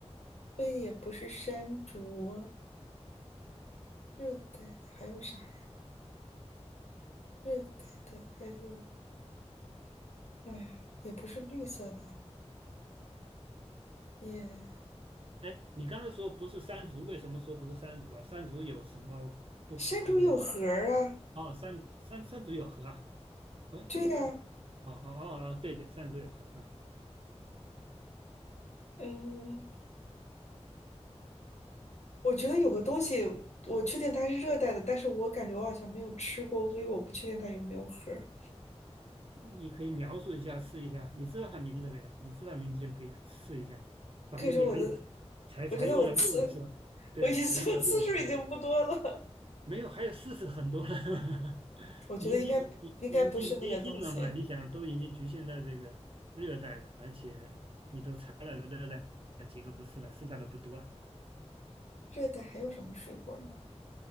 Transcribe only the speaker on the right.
哎，你刚才说不是山竹，为什么说不是山竹啊？山竹有什么不符合的吗？
哦，山山山竹有核啊？喂，
山竹，哦哦哦哦，对对，山竹有核啊。
你可以描述一下，试一下。你知道它名字呗？你知道名字就可以试一下。反正你还有，
才才用了六次，
对，
才用了六次。没有，还有四十很多了，<laughs>
已经已已经接近了嘛？你想，都已经局限在这个热带了，而且你都猜了热带几个不是了，剩下的不多了。